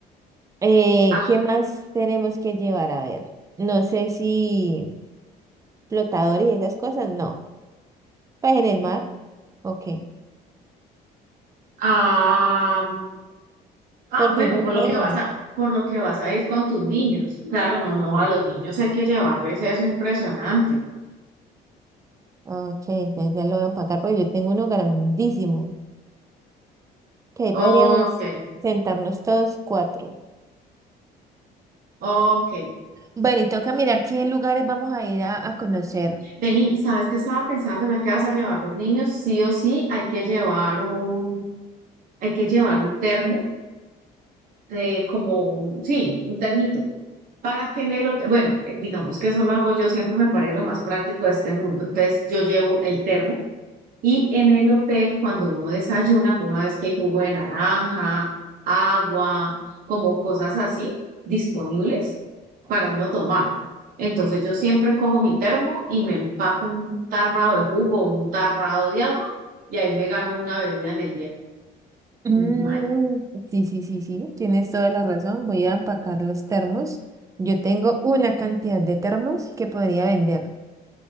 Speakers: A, on the right; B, on the right.
A: Eh,
B: Ajá.
A: ¿qué más tenemos que llevar? A ver, no sé si flotador y esas cosas, no. Pues en el mar, ok.
B: Ah, ah,
A: Porque
B: bueno,
A: yo
B: por lo
A: tengo.
B: que vas a, por lo que vas a ir con tus niños. Claro, no, no,
A: mm,
B: a los niños hay que llevarles eso impresionante.
A: Ok, entonces ya lo voy a empacar porque yo tengo uno grandísimo. Que ahí
B: Ok,
A: podríamos sentarnos todos cuatro.
B: ok.
A: Bueno, y toca mirar qué lugares vamos a ir a, a conocer.
B: Vení, ¿sabes qué estaba pensando? Ya que vas a llevar los niños, sí o sí hay que llevar un, hay que llevar un termo, eh, como un, sí, un termito, para que en el hotel, bueno, eh, digamos que eso lo hago yo, siempre me parece lo más práctico de este mundo, entonces yo llevo el termo Y en el hotel, cuando uno desayuna, vos sabes que hay jugo de naranja, agua, como cosas así disponibles para uno tomar. Entonces yo siempre cojo mi termo y me empaco un tarrado de jugo, un tarrado de agua, y ahí me gano una bebida en el día.
A: Mm,
B: Man,
A: sí, sí, sí, sí, tienes toda la razón. Voy a empacar los termos. Yo tengo una cantidad de termos que podría vender.